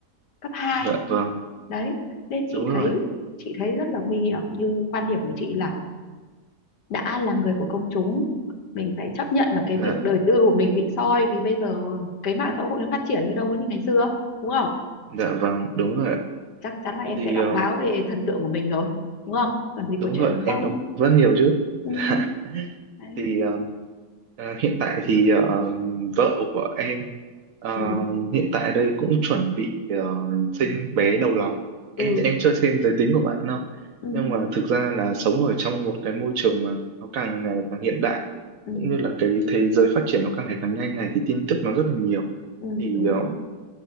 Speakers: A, on the left; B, on the right.
A: cấp hai
B: dạ vâng
A: đấy nên chị
B: đúng
A: thấy
B: rồi
A: chị thấy rất là nguy hiểm như quan điểm của chị là đã là người của công chúng mình phải chấp nhận là cái
B: dạ
A: việc đời tư của mình bị soi vì bây giờ cái mạng xã hội nó phát triển như đâu có như ngày xưa đúng không
B: dạ vâng đúng rồi ạ
A: chắc chắn là em
B: thì
A: sẽ đọc
B: ờ,
A: báo về thần tượng của mình rồi đúng không làm gì
B: đúng
A: có chuyện
B: rồi
A: là không
B: em đọc rất nhiều chứ
A: ừ,
B: dạ
A: đấy
B: thì ờ, ờ, hiện tại thì ờ, vợ của em ờ,
A: ừ
B: hiện tại đây cũng chuẩn bị ờ, sinh bé đầu lòng em
A: ừ
B: thì em chưa xem giới tính của bạn đâu
A: ừ,
B: nhưng mà thực ra là sống ở trong một cái môi trường mà nó càng ngày càng hiện đại
A: ừ,
B: cũng như là cái thế giới phát triển nó càng ngày càng nhanh này thì tin tức nó rất là nhiều
A: ừ,
B: thì
A: đúng
B: ờ,
A: rồi